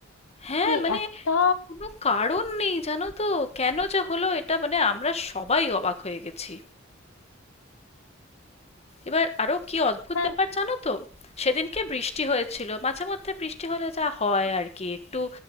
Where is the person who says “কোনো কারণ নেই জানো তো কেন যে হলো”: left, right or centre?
Left